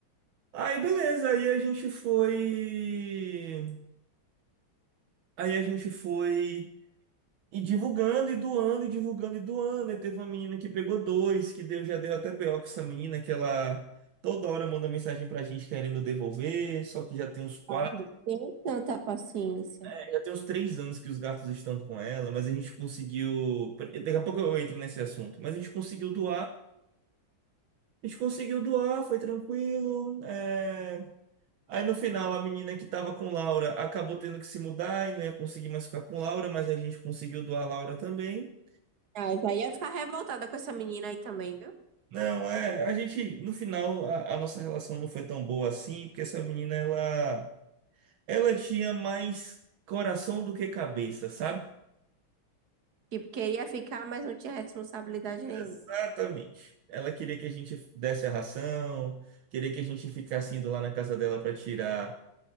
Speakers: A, on the right; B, on the right.
A: Aí beleza, aí a gente foi, aí a gente foi e divulgando e doando e divulgando e doando. Aí teve uma menina que pegou dois, que deu já deu até BO com essa menina que ela Toda hora manda mensagem pra gente querendo devolver, só que já tem uns quatro.
B: A gente tem tanta paciência.
A: É, já tem uns três anos que os gatos estão com ela, mas a gente conseguiu. Daqui a pouco eu entro nesse assunto, mas a gente conseguiu doar. A gente conseguiu doar, foi tranquilo. é. Aí no final a menina que tava com Laura acabou tendo que se mudar e não ia conseguir mais ficar com Laura, mas a gente conseguiu doar Laura também.
B: Ah, já ia ficar revoltada com essa menina aí também, viu?
A: Não, é. A gente, no final, a, a nossa relação não foi tão boa assim, porque essa menina, ela, ela tinha mais coração do que cabeça, sabe?
B: Tipo, queria ficar, mas não tinha responsabilidade nenhuma.
A: Exatamente. Ela queria que a gente desse a ração, queria que a gente ficasse indo lá na casa dela para tirar,